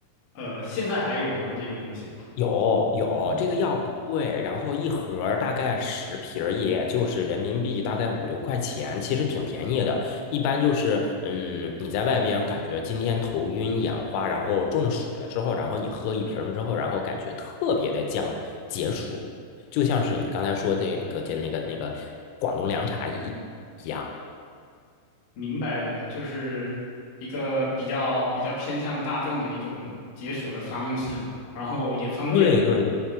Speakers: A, on the left; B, on the left.
A: 呃，现在还有吗？这个东西？
B: 有有，
A: 哦。
B: 这个药不贵，然后一盒儿大概十瓶儿也就是人民币大概五六块钱，其实挺便宜的。一般就是，嗯，你在外边感觉今天头晕眼花，然后中暑了之后，然后你喝一瓶儿之后，然后感觉特别的降解暑，就像是你刚才说的那个、就那个、那个广东凉茶一一样。
A: 明白的，就是一个比较比较偏向大众的一种解暑的方式嘛，然后也方便，
B: 对对对